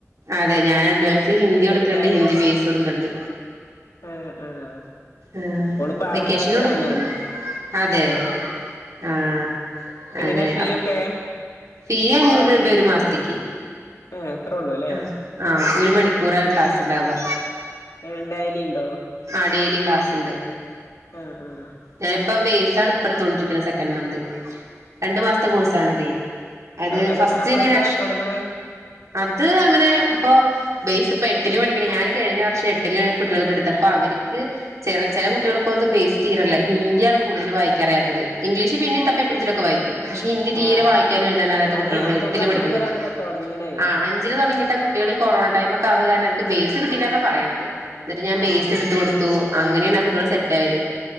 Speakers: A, on the right; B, on the left.
A: അതെ ഞാനഡ്വാൻസ് ഹിന്ദി
B: സെറ്റായാല്
A: ട്ക്ക്ണ്ട് ഹിന്ദി ബെയ്‌സു ട്ക്ക്ണ്ട്.
B: ആഹ് ആഹ്
A: ആഹ്
B: ഓളിപ്പോ ആറാം
A: വെക്കേഷനുട്ക്കും.
B: ക്ലാസ്സിലാണ്
A: അതെ
B: ആഹ്
A: ആഹ്.
B: എങ്ങനെ
A: അങ്ങനെ
B: ഫീ
A: അപ്
B: ഒക്കെ?
A: ഫീ അഞ്ഞൂറ് രൂപ ഒരു മാസത്തേക്ക്.
B: ആഹ് അത്രൊള്ളൂല്ലേ
A: ആഹ് ആഹ് ഒരു മണിക്കൂറാ
B: ആഹ്
A: ക്ലാസ് ഉണ്ടാവുക
B: ഏഹ് ഡൈലിണ്ടോ?
A: ആഹ് ഡെയിലി ക്ലാസ്ണ്ട്.
B: ആഹ് ആഹ്
A: ഞാനിപ്പോ ബെയ്സാണ് ഇപ്പട്ത്തോണ്ടിര്ക്ക്ണ സെക്കൻ മന്ത് രണ്ട് മാസത്തെ കോഴ്സാണത്
B: ആഹ്
A: അത്
B: അതെത്രാം
A: ഫസ്റ്റ്ങ്ങനെ
B: ക്ലാസ്സാ
A: അക്ഷ്
B: തൊടങ്ങണേ
A: അത് അങ്ങനെ പ്പൊ ബേസ് പ്പെട്ടില് പഠിക്കണ ഞാന് കഴിഞ്ഞ വർഷ എട്ടില് കുട്ട്യെൾക്ക് ട്ത്തപ്പൊ അവര്ക്ക് ചെല ചെല കുട്ട്യെൾക്കൊന്നും ബേയ്സ് തീരല്ല ഹിന്ദ്യാണ് കൂടുതല് വായിക്ക്യാറിയാതത് ഇംഗ്ലീഷ് പിന്നിം തപ്പിപിടിച്ച്ട്ടൊക്കെ വായി ക്ക്യും പക്ഷെ ഹിന്ദി തീരെ
B: ആഹ്
A: വായിക്കാനും എഴുതാനും അറിയാത്ത കുട്ടികളാണ്
B: അത് അഞ്ചാം
A: എട്ടില്
B: ക്ലാസ്
A: പഠിക്ക്ണോര്
B: മുതലാണല്ലോ തൊടങ്ങണേ
A: ആഹ് അൻ ജില് തൊടങ്ങിട്ട കുട്ട്യെള് ഈ കൊറോണ ടൈം മൊക്കാവാ കാരണ ഓൽക്ക് ബേയ്സ് കിട്ടിലാന്ന പറയണത്. ന്നട്ട് ഞാൻ
B: ആഹ്
A: ബേസ്ട്ത്തൊട്ത്തു അങ്ങനെണ് ആ കുട്ട്യെള് സെറ്റായത്.